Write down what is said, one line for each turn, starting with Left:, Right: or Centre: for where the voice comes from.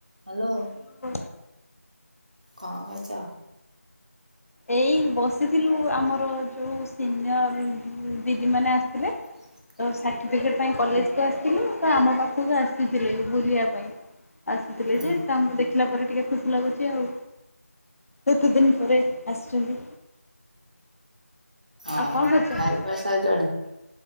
Right: Hello hello.
Left: ହୁଁ।
Right: କଣ କରୁଚ?
Left: ଏଇ ବସିଥିଲୁ ଆମର ଯେଉ ସିନିୟର ଦିଦିମାନୋନ ଆସିଥିଲେ।
Right: ହ
Left: ତ ସାର୍ଟିଫିକେଟ ପାଇଁ କଲେଜକୁ ଆସିଥିଲେ ତ ଆମ ପାଖକୁ ଆସିଥିଲେ ବୁଝିବା ପାଇଁ ଆସୁଥିଲେ
Right: ହୁଁ।
Left: ଯେ ତାଙ୍କୁ ଦେଖିଲା ପରେ ଟିକେ ଖୁସି ଲାଗୁଛି ଆଉ କେତେ ଦିନି ପରେ ଆସୁଛନ୍ତି।
Right: ଓହୋ
Left: ଆଉ କଣ କରୁଛ
Right: ଖାଇପିଆ ସାରିଲଣି?